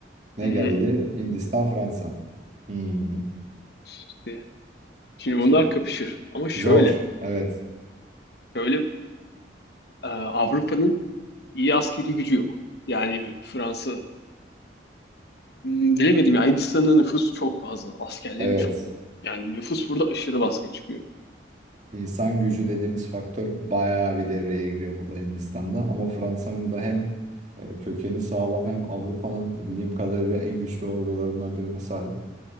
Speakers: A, on the right; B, on the left.
A: ne
B: Hmm,
A: geldi? Hindistan, Fransa. Hmm.
B: işte. Şimdi bunlar
A: Şimdi,
B: kapışır. Ama şöyle.
A: zor. Evet.
B: Şöyle e, Avrupa'nın iyi askeri gücü yok. Yani Fransa hmm, bilemedim ya Hindistan'ın nüfusu çok fazla. Askerleri
A: Evet.
B: çok. Yani nüfus burada aşırı baskın çıkıyor.
A: İnsan gücü dediğimiz faktör bayağı bir devreye giriyor burada Hindistan'da. Ama Fransa'nın da hem e, kökeni sağlam hem Avrupa'nın bildiğim kadarıyla en güçlü ordularından birine sahip.